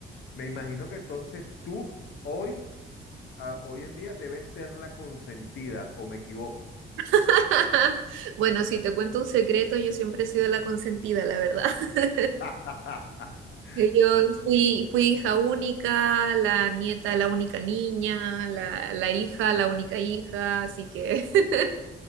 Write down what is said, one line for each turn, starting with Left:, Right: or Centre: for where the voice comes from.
Left: me imagino que entonces tú hoy, ah, hoy en día debes ser la consentida, ¿o me equivoco?
Right: <laughs> Bueno, si te cuento un secreto, yo siempre he sido la consentida, la verdad. <laughs>
Left: <laughs>
Right: Yo, yo fui, fui hija única, la nieta, la única niña, la, la hija, la única hija, así que <laughs>